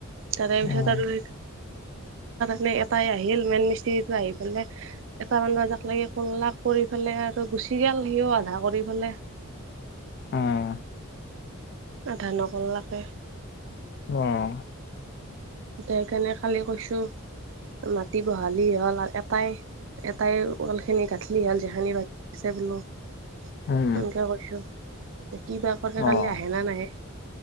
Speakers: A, on the right; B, on the left.
A: তাৰে
B: উম,
A: পিছত আৰু <unintelligible> এটাই আহিল মেইন মিস্ত্ৰীটো আহি পেলাই এটা মান বাজাক লাগি কৰলাক কৰি পেলাই আৰু গুচি গেল সিও আধা কৰি পেলাই।
B: উম।
A: আধা নকৰলাকে।
B: উম।
A: সেইকাৰণে কালি কৈছো মাটি বহালি হ'ল এটাই এটাই ওৱালখিনি গাঁঠলি হ'ল যিখানি বাকী আছে বোলো।
B: উম,
A: সেনকে কৈছো, কিবা কৰে
B: অ',
A: কালি আহে না নাহে